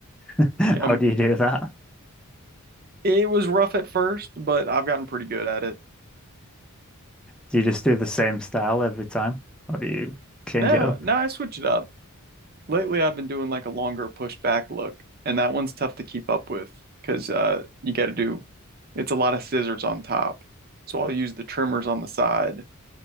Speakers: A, in the centre; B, on the right.
A: <laughs>
B: Yeah,
A: How
B: Um,
A: do you do that?
B: it was rough at first, but I've gotten pretty good at it.
A: Do you just do the same style every time, or do you change
B: No,
A: it up?
B: no, I switch it up. Lately, I've been doing like a longer pushed back look, and that one's tough to keep up with because uh, you got to do it's a lot of scissors on top. So I'll use the trimmers on the side